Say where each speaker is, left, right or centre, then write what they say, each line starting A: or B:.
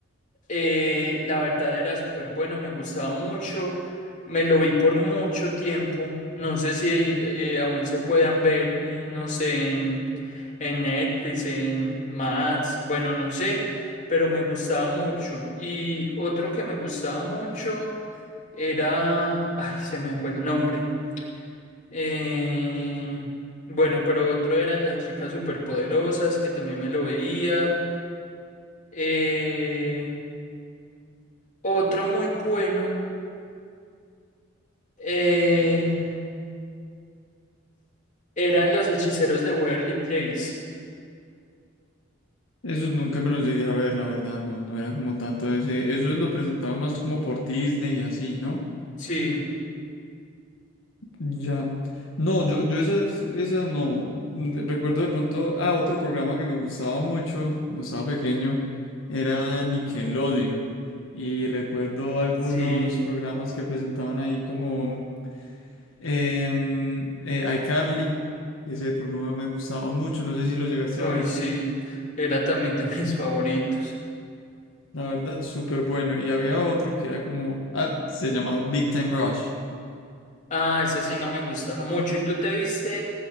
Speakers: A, on the left (about 40°); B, on the left (about 75°).
A: Eh, la verdad era súper bueno, me gustaba mucho. Me lo vi por mucho tiempo. No sé si eh, aún se puedan ver, eh, no sé, en, en Netflix, en Max, bueno, no sé, pero me gustaba mucho. Y otro que me gustaba mucho era... Ay, se me fue el nombre. Eh, bueno, pero otro eran las chicas superpoderosas, que también me lo veía. Eh, otro muy bueno eh, eran los hechiceros de Waverly Place.
B: Esos nunca me los llegué a ver, la verdad, no, no era como tanto de ese. Eso lo presentaba más como por Disney y así, ¿no?
A: Sí,
B: Ya. No, yo, yo esas, esas no. Mm, Recuerdo de pronto, ah, otro programa que me gustaba mucho cuando estaba pequeño era Nickelodeon. Y recuerdo algunos
A: sí,
B: programas que presentaban ahí como Em, eh, iCarly, ese programa me gustaba mucho, no sé si lo llegaste
A: uy,
B: a ver.
A: sí, era también de <laughs> mis favoritos.
B: La verdad, súper bueno. Y había otro que era como, ah, se llamaba Big Time Rush.
A: Ah, ese sí no me gustaba mucho. ¿Y tú te viste